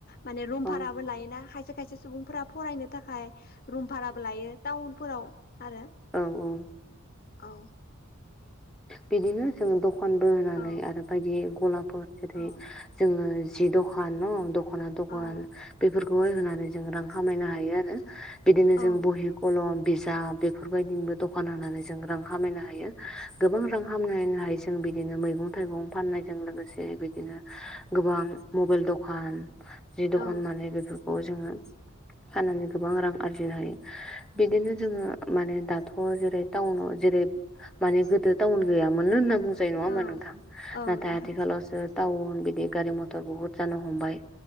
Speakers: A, on the left; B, in the centre.
A: माने रुमभाराबो
B: औ
A: लायोना खायसे खायसे सुबुंफोरा फरायनो थाखाय रुम भाराबो लायो टाउनफोराव आरो
B: औ औ
A: औ।
B: बिदिनो जों दखनबो होनानै
A: औ
B: आरो बायदि गला बहद बिदि
A: औ
B: जोङो जि दखान न दख'ना दखान
A: औ
B: बेफोरखौहाय होनानै जों रां खामायनो हायो आरो बिदिनो
A: औ
B: जों बहि, कलम, बिजाब बेफोरबायदिनोबो दखान होनानै जों रां खामायनो हायो। गोबां रां खामायनो हायो जों बिदिनो मैगं थाइगं फाननायजों लोगोसे बिदिनो गोबां मबाइल दखान, जि दखान
A: औ
B: माने बेफोरखौ जोङो फाननानै गोबां रां आरजिनो हायो। बिदिनो जोङो माने दाथ' जेरै टाउनाव जेरै माने गोदो टाउन गैयामोननो होनना बुंजायो नङा होमबा
A: औ
B: नोंथां
A: औ
B: नाथाय
A: नोंथां
B: आथिखालावसो टाउन बिदि गारि मथर बिदि बहुत जानो हमबाय।